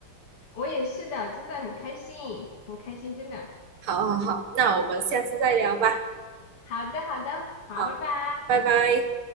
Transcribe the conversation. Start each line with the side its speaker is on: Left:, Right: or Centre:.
Left: 我也是的，真的很开心，很开心，真的。
Right: 好好好，那我们下次再聊吧。
Left: 好的，好的，好，
Right: 好，
Left: 拜拜。
Right: 拜拜。